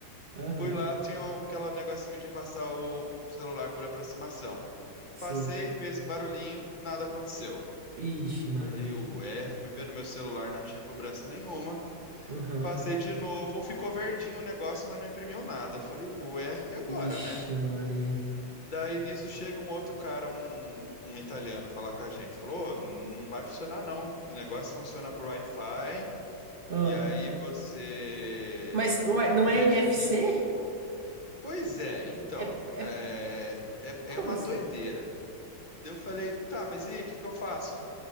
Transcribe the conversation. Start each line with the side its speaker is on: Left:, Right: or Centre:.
Right: Aham.
Left: Fui lá, tinha aquele negocinho de passar o celular por aproximação.
Right: Sim.
Left: Passei, fez um barulhinho, nada aconteceu.
Right: Ixi, Maria.
Left: Falei, ué, fui ver no meu celular, não tinha cobrança nenhuma.
Right: Aham.
Left: Passei de novo, ficou verdinho o negócio, mas não imprimiu nada. Falei, ué, e agora,
Right: Ixi,
Left: né?
Right: Maria.
Left: Daí nisso chega um outro cara, um, um italiano, falar com a gente. Falou: "Ô, não vai funcionar não. O negócio funciona por Wi-Fi.
Right: Ah.
Left: E aí você.
Right: Mas ué, não é
Left: Veja
Right: NFC?
Left: aqui. Pois é, então.
Right: É, é...
Left: É, é,
Right: Como
Left: é uma
Right: assim?
Left: doideira. Daí eu falei: tá, mas e aí, o que que eu faço?